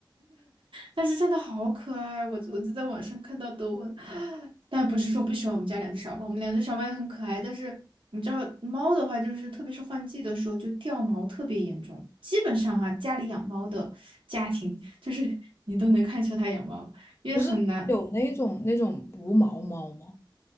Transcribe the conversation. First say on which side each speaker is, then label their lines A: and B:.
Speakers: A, on the right; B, on the left.
A: 但是真的好可爱，我我就在网上看到德文，<gasps> 但不是说不喜欢我们家两只小猫，我们两只小猫也很可爱，但是你知道猫的话，就是特别是换季的时候就掉毛特别严重，基本上哈、家里养猫的家庭，就是 <laughs> 你都能看出它养猫，
B: <laughs>
A: 因为很难，
B: 不是有那种那种无毛猫吗？